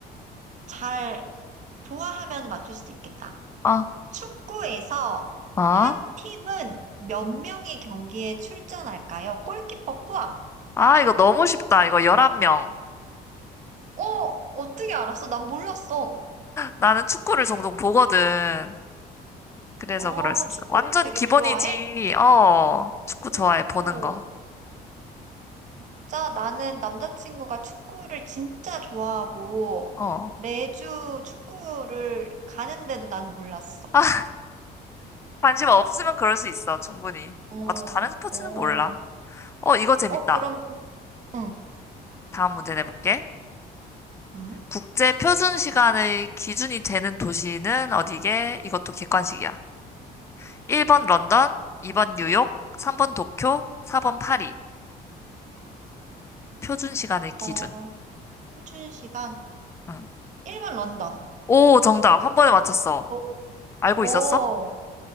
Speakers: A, on the right; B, on the left.
A: 잘 좋아하면 맞출 수도 있겠다.
B: 아?
A: 축구에서
B: 아?
A: 한 팀은 몇 명이 경기에 출전할까요? 골키퍼 포함.
B: 아, 이거 너무 쉽다. 이거 11명.
A: 어, 어떻게 알았어? 난 몰랐어.
B: 나는 축구를 종종 보거든. 그래서
A: 어,
B: 그럴 수 있어.
A: 축구를
B: 완전
A: 되게
B: 기본이지.
A: 좋아해?
B: 어. 축구
A: 오,
B: 좋아해. 보는 거.
A: 진짜 나는 남자친구가 축구를 진짜 좋아하고
B: 어.
A: 매주 축구를 가는데도 난 몰랐어.
B: <laughs> 관심 없으면 그럴 수 있어. 충분히.
A: 어,
B: 나도 다른 스포츠는
A: 어.
B: 몰라. 어, 이거 재밌다.
A: 어, 그럼, 응,
B: 다음 문제 내볼게.
A: 응?
B: 국제 표준 시간의 기준이 되는 도시는 어디게? 이것도 객관식이야. 1번 런던, 2번 뉴욕, 3번 도쿄, 4번 파리. 표준 시간의 기준.
A: 어, 표준 시간
B: 응.
A: 1번 런던.
B: 오, 정답. 한 번에 맞췄어.
A: 오,
B: 알고
A: 오,
B: 있었어?